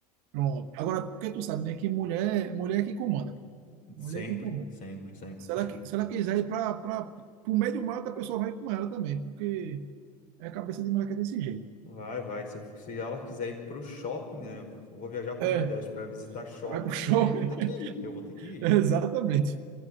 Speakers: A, on the right; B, on the left.
A: Pronto. Agora, porque tu sabe, né, que mulher, mulher é que comanda, pô.
B: Sempre,
A: Mulher é que comanda.
B: sempre, sempre.
A: Se ela, qui- se ela quiser ir para pro meio do mato, a pessoa vai com ela também, porque é a cabeça de mulher que é desse jeito.
B: Vai, vai. Se, for- se ela quiser ir pro shopping, né? Vou viajar pro
A: É,
B: Nordeste pra visitar shopping,
A: Vai pro show.
B: aí eu vou ter que ir, eu vou ter que
A: <laughs>
B: ir.
A: Exatamente.